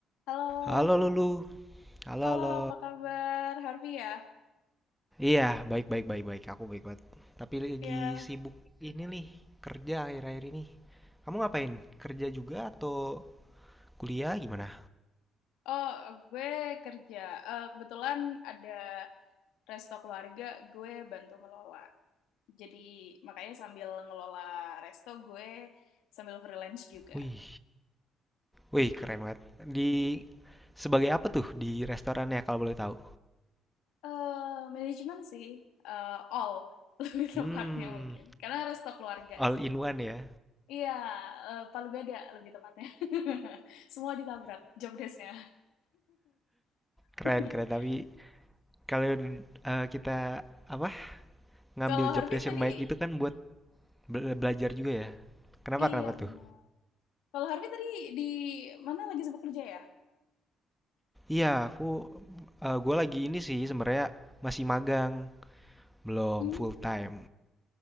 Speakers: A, on the left; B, in the centre.
A: Halo,
B: Halo Lulu, halo
A: halo,
B: halo.
A: apa kabar, Harvey ya?
B: Iya, baik baik baik baik. Aku baik banget. Tapi lagi
A: Ya,
B: sibuk ini nih kerja akhir-akhir ini. Kamu ngapain? Kerja juga atau kuliah gimana?
A: oh, gue kerja. Eh, kebetulan ada resto keluarga, gue bantu ngelola. Jadi, makanya sambil ngelola resto, gue sambil freelance juga.
B: Wih, wih keren banget. Di sebagai apa tuh di restorannya kalau boleh tahu?
A: eh manajemen sih, eh, all, <laughs> lebih
B: Hmm,
A: tepatnya mungkin. Karena resto keluarga
B: all
A: sih.
B: in one ya.
A: Iya, eh, Palu Gada lebih tepatnya. <laughs> Semua ditabrak job desk-nya.
B: Keren
A: <laughs>
B: keren. Tapi kalau eh, kita apa ngambil
A: Kalau
B: job
A: Harvey
B: desk
A: tadi
B: yang baik itu kan buat bela- belajar juga ya. Kenapa
A: Iya
B: kenapa
A: benar.
B: tuh?
A: Kalau Harvey tadi di mana lagi sibuk kerja ya?
B: Iya, aku eh gue lagi ini sih sebenarnya masih magang, belum
A: Hmm,
B: full time.